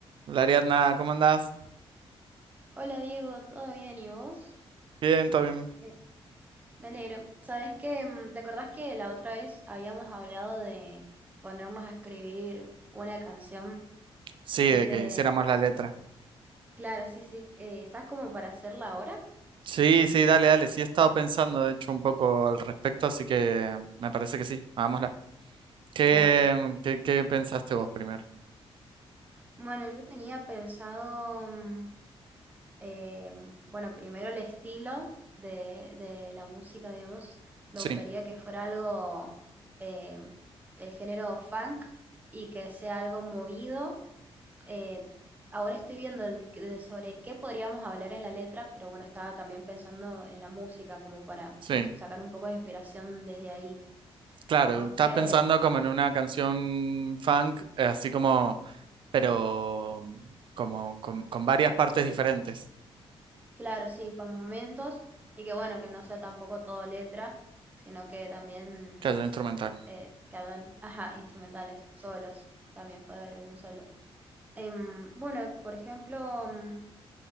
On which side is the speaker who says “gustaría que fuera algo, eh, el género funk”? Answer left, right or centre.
Right